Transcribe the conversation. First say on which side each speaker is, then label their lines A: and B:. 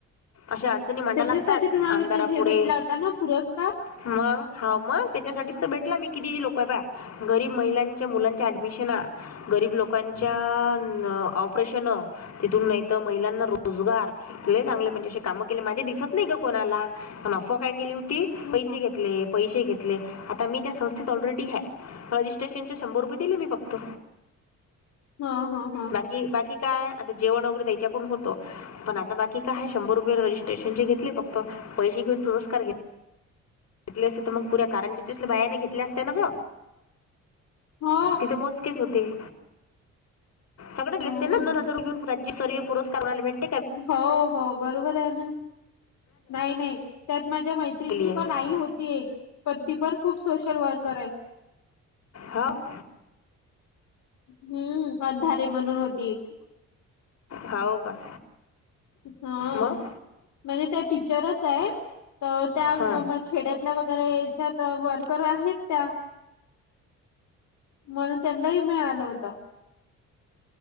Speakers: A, on the left; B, on the left.
A: अशा अडचणी मांडा
B: त्याच्यासाठी
A: लागतात
B: तुम्हाला
A: अंधारा
B: ते हे
A: पुुढे
B: भेटला होता ना पुरस्कार?
A: मग हा म त्याच्यासाठीच भेट मी किती लोकय बा गरीब महिलांच्या मुलांच्या ऍडमिशन गरीब लोकांच्या ऑपरेशन. तिथून नाहीत महिलांना रोजगार चांगले म्हणजे असे कामं केले माझे दिसत नाही ग कोणाला. पण अफवा काय केली होती
B: ह
A: पैसे
B: ह
A: घेतले पैसे घेतले आता मी त्या संस्थेत ऑलरेडी आहेत. रजिस्ट्रेशन चे शंभर रुपये दिले मी फक्त.
B: हा हा हा.
A: कि बाकी काय आता जेवण वगैरे त्याच्या कडून होत. पण आता बाकी काय शंभर रुपये रजिस्ट्रेशनचे घेतले फक्त पैसे घेन पुरस्कार घेत घेतले असते त म पुऱ्या कारंज्यातल्या बायाने घेतल्या असत ना ग
B: हो
A: म तिथे तेच होते सगळ्यानले
B: हम्म.
A: दोन हजार घेऊन राज्यस्तरीय पुस्कारला भेट
B: हो हो बरोबर आहे ना नाही, नाही, त्यात माझ्या मैत्री
A: केली
B: तिची
A: आहे
B: पण आई होती पण ती पण खूप सोशल वर्कर आहे.
A: हाव.
B: हम्म अंधारे म्हणून होती.
A: हाव का..
B: हा
A: मग
B: म्हणजे त्या टीचरच आहे तर त्या
A: हां
B: खेड्यातल्या वगैरे याच्यात वर्कर आहेत त्या. म्हणून त्यांनाही मिळालं होत.